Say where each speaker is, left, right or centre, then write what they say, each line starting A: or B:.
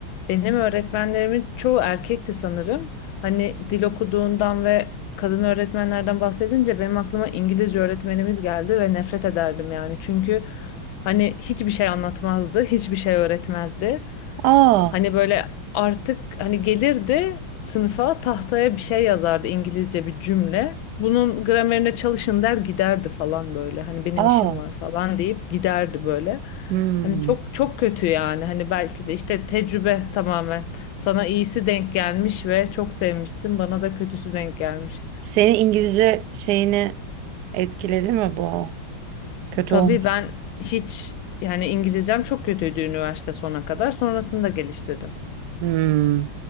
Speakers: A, on the left; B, on the right.
A: Benim öğretmenlerimin çoğu erkekti sanırım. Hani dil okuduğundan ve kadın öğretmenlerden bahsedince benim aklıma İngilizce öğretmenimiz geldi ve nefret ederdim yani. Çünkü hani hiçbir şey anlatmazdı, hiçbir şey öğretmezdi.
B: Aa,
A: Hani böyle artık hani gelirdi sınıfa tahtaya bir şey yazardı İngilizce bir cümle. Bunun gramerine çalışın der giderdi falan böyle. Hani benim
B: aa.
A: işim var falan deyip giderdi böyle.
B: Hmm.
A: Hani çok çok kötü yani. Hani belki de işte tecrübe tamamen. Sana iyisi denk gelmiş ve çok sevmişsin. Bana da kötüsü denk gelmiş.
B: Senin İngilizce şeyini etkiledi mi bu? Kötü
A: Tabii
B: olmuş.
A: ben hiç yani İngilizcem çok kötüydü üniversite sona kadar. Sonrasında geliştirdim.
B: Hmm.